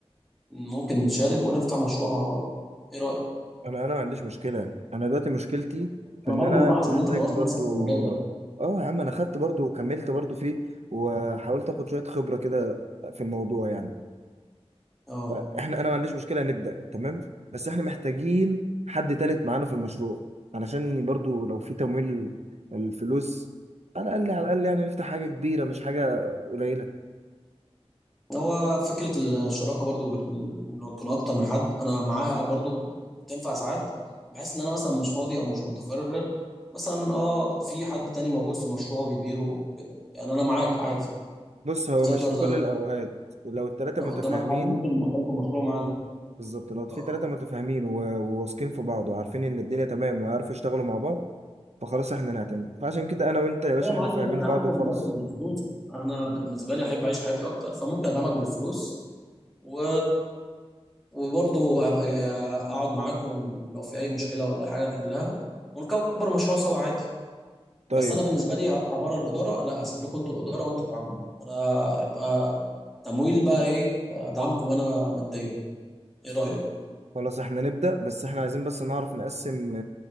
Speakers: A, in the centre; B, on the right.
A: ممكن نشارك ونفتح مشروع مع بعض ايه رأيك
B: انا انا ما عنديش مشكلة انا دلوقتي مشكلتي في
A: انا
B: ان
A: برضو
B: انا
A: ملاحظ
B: محتاج
A: ان انت طورت
B: برضو
A: نفسك في المجال ده
B: اه يا عم انا خدت برضو وكملت برضو فيه وحاولت اخد شوية خبرة كده في الموضوع يعني
A: اه
B: فاحنا انا ما عنديش مشكله نبدا تمام بس احنا محتاجين حد تالت معانا في المشروع علشان برضو لو في تمويل الفلوس على الاقل على الاقل يعني نفتح حاجه كبيره مش حاجه قليله
A: هو فكرة الشراكة برضو ال- لو يكون اكتر من حد انا معاها برضو بتنفع ساعات بحس ان انا مثلا مش فاضي او مش متفرغ مثلا اه في حد تاني موجود في المشروع وبيديره كده يعني انا معاك عادي
B: بص هو
A: تقدر
B: مش في كل الاوقات لو التلاته
A: لو
B: متفاهمين
A: قدامك حد ممكن يدخلك في المشروع معانا
B: بالظبط لو في
A: اه
B: تلاته متفاهمين و- وواثقين في بعض وعارفين ان الدنيا تمام ويعرفوا يشتغلوا مع بعض فخلاص احنا نعتمد فعشان كده انا وانت يا باشا
A: لا يا معلم
B: احنا فاهمين
A: انا دعمكم
B: بعض وخلاص
A: برضو بالفلوس انا بالنسبة لي احب اعيش حياتي اكتر فممكن ادعمك بالفلوس و وبرضه هبقى اقعد معاكم لو في اي مشكله ولا أي حاجه نحلها ونكبر المشروع سوا عادي
B: طيب
A: بس انا بالنسبه لي هطلع بره الاداره لا اسيب لكم انتوا الاداره وانتوا اتعاملوا انا هبقى تمويل بقى ايه ادعمكم انا ماديا ايه رايك
B: خلاص احنا نبدا بس احنا عايزين بس نعرف نقسم